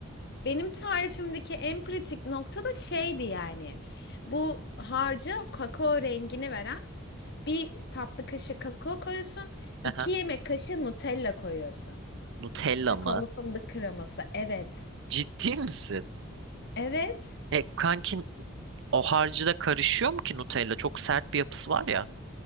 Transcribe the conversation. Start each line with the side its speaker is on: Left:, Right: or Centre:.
Left: benim tarifimdeki en pratik nokta da şeydi yani. Bu harca kakao rengini veren bir tatlı kaşığı kakao koyuyorsun.
Right: Aha.
Left: iki yemek kaşığı Nutella koyuyorsun.
Right: Nutella
Left: Kakaolu
Right: mı?
Left: fındık kreması. Evet.
Right: Ciddi misin?
Left: Evet.
Right: E kankin o harcı da karışıyor mu ki Nutella? Çok sert bir yapısı var ya.